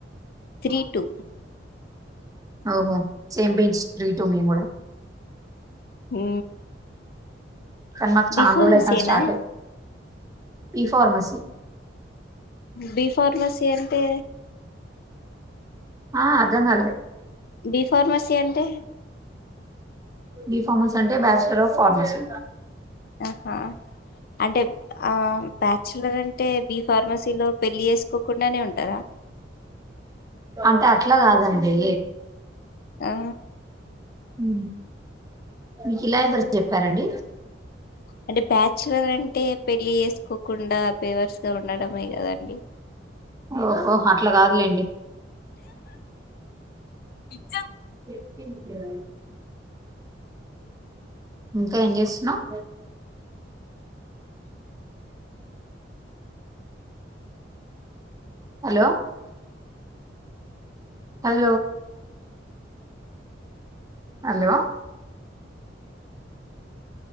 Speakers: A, on the left (about 55°); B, on the right (about 20°).
A: త్రీ టూ
B: ఓహో సేమ్ పించ్ త్రీ టూ మేం కూడా
A: హు
B: కానీ మాకు చానా
A: బి ఫార్మసీ
B: రోజులు అయితాంది
A: ఏనా
B: స్టార్ట్ అయ్యి ఈ ఫార్మసి
A: బీఫార్మసీ అంటే
B: ఆ అర్థం కాలే
A: బి ఫార్మసి అంటే
B: బి ఫార్మస్ అంటే బ్యాచలర్ ఆఫ్ ఫార్మసీ
A: ఆహా అంటే ఆ బ్యాచలర్ అంటే బి ఫార్మసీలో పెళ్ళి చేసుకోకుండానే ఉంటారా
B: అంటే అట్ల కాదండి
A: ఆ
B: హు మీకు ఇలా ఎవరు చెప్పారండి
A: అంటే బ్యాచిలర్ అంటే పెళ్లి చేసుకోకుండా బేవార్స్ గా ఉండడమే కదండి
B: ఓహో అట్లా కాదులేండి
A: ఇచ్చ
B: ఇచ్చానండి ఇంకా ఏం చేస్తున్నావ్ hello hello hello